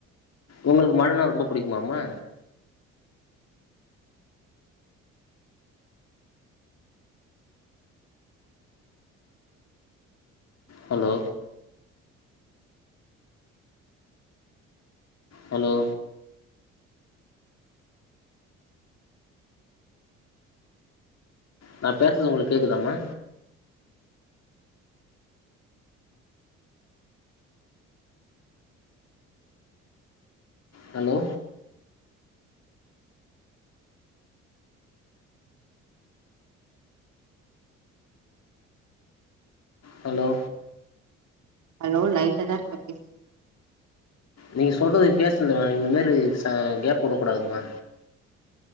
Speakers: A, on the left; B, on the right.
A: ஒங்களுக்கு மழனா ரொம்ப புடிக்குமா மா ஹலோ ஹலோ நா பேசுறது ஒங்களுக்கு கேக்குதா மா ஹலோ ஹலோ
B: ஹலோ லைன்ல தா இருக்கே பேசு
A: நீ சொல்றது பேசுங்கமா இது மாரி ச கேப் விடக்கூடாதுமா